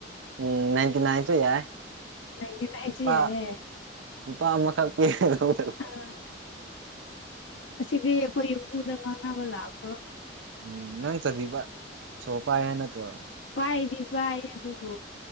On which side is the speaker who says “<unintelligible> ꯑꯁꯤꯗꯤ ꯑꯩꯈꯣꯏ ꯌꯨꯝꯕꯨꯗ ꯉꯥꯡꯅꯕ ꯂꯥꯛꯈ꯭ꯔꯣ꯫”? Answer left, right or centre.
Left